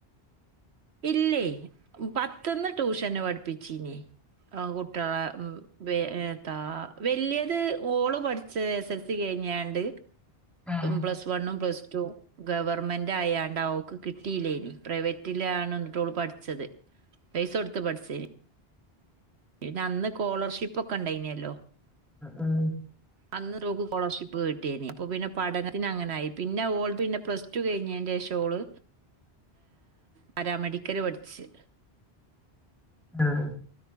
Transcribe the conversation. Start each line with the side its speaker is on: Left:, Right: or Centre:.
Right: ഇല്ലേ പത്ത്ന്ന് ട്യൂഷന് പഠിപ്പിച്ചിനി ഏഹ് കുട്ടികളെ ഉം എ എത്താ വലിയത് ഓള് പഠിച്ച എസ് എൽസി കഴിഞ്ഞാണ്ട്
Centre: ആഹ്
Right: പ്ലസ് വണ്ണും പ്ലസ് ടൂ ഗവർമെന്റ് ആയാണ്ട് ആ അവക്ക് കിട്ടിയില്ലേനി പ്രൈവറ്റ് ലാണ് എന്നിട്ടോ പഠിച്ചത് പൈസ കൊടുത്ത് പഠിച്ച പിന്നെ അന്ന് സ്കോളർഷിപ്പ ഒക്കെ ഉണ്ടായിനല്ലോ
Centre: ആഹ് ആഹ്
Right: അന്ന് നോക്ക് സ്കോളർഷിപ്പ് കൊണ്ടെയ്‌ന് അപ്പൊ പിന്നെ പഠനത്തിന് അങ്ങനൊയി പിന്നെ ഓൾ പിന്നെ പ്ലസ് ടു കഴിഞ്ഞതിന്റെ ശേഷം ഓള് പാരാമെഡിക്കല് പഠിച്ചു.
Centre: ആഹ്